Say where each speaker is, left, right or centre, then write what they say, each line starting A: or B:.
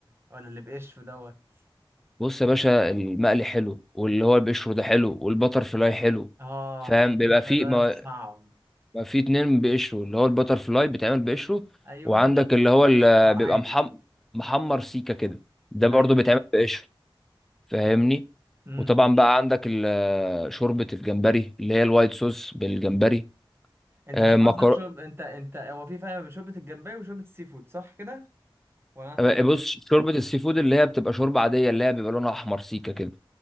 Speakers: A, on the right (about 25°); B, in the centre.
A: ولا اللي بقشف دوت
B: بص يا باشا المقلي حلو واللي هو بيشوي ده حلو والبتر فلاي حلو
A: اه
B: فاهم
A: البتر
B: بيبقى
A: فلاي
B: في
A: ده
B: ما,
A: صعب
B: ما في اتنين بيقشروا اللي هو البتر فلاي بيتعمل بقشره
A: ايوه
B: وعندك
A: وال
B: اللي هو اللي
A: هو العادي
B: بيبقى محم...
A: ده
B: محمر سيكه كده ده
A: ايوه
B: برضو بيتعمل بقشره فاهمني
A: امم
B: وطبعا بقى عندك ال- شوربة الجمبري اللي هي الوايت صوص بالجمبري
A: انت
B: آه،
A: شو قصدك
B: مكر...
A: شرب انت انت هو في فرق بين شوربه الجمبري وشوربه السي فود صح كده ولا انا فاهم
B: آه، بص
A: غلط؟
B: شوربة السي فود اللي هي بتبقى شوربة عادية اللي هي بيبقى لونها أحمر سيكة كده